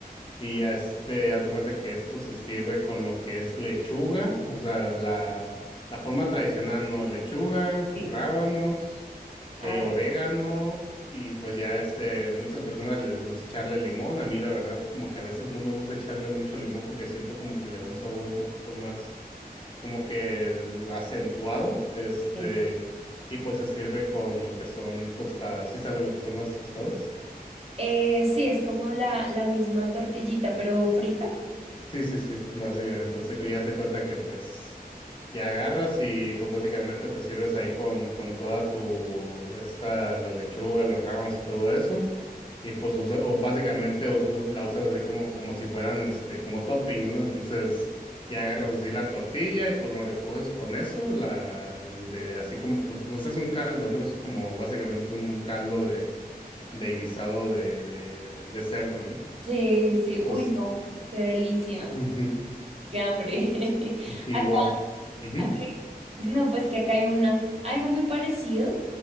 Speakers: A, on the left; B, on the right.
A: Y ya este, haz de cuenta que esto se sirve con lo que es lechuga, o sea, la, la forma tradicional, ¿no? Lechuga,
B: sí.
A: rábanos,
B: Ah,
A: eh, orégano, y pues ya este, muchas personas les gusta echarle limón. A mí la verdad, como que a veces no me gusta echarle mucho limón porque siento como que le da un sabor un poquito más, como que acentuado. Este,
B: sí.
A: y pues se sirve con lo que son tostadas. ¿Sí sabe lo que son las tostadas?
B: Eh, sí, es como la, la misma tortillita, pero frita.
A: Sí, sí, sí, básicamente. Entonces ya se cuenta que pues ya agarras y pues básicamente te sirves ahí con, con toda tu, esta, la lechuga, los rábanos y todo eso. Y pues usa, o básicamente us- u- la usas así como, como si fueran, este, como topping, ¿no? Entonces ya agarras así la tortilla y pues lo recoges con eso, la, el de, así como, pues, pues es un caldo, ¿no? Es como básicamente un caldo de, de guisado de, de, de cerdo, ¿no?
B: Sí, sí, sí.
A: Entonces...
B: Uy, no, qué delicia,
A: ujú.
B: qué hambre. <laughs>
A: Igual.
B: Acá,
A: Ujú,
B: acá hay- no, pues que acá hay una, algo muy parecido,